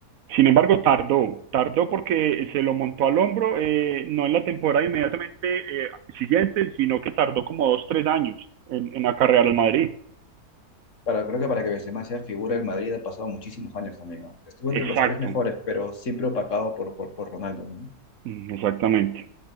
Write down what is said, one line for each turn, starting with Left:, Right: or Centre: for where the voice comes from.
Right: Sin embargo, tardó, tardó porque se lo montó al hombro, eh, no en la temporada inmediatamente eh, siguiente, sino que tardó como dos, tres años en, en acarrear al Madrid.
Left: Para, creo que para que Benzema sea figura del Madrid ha pasado muchísimos años también, ¿no? Estuvo entre
Right: Exacto,
Left: los tres mejores, pero siempre opacado por, por, por Ronaldo, ¿no?
Right: mm, exactamente.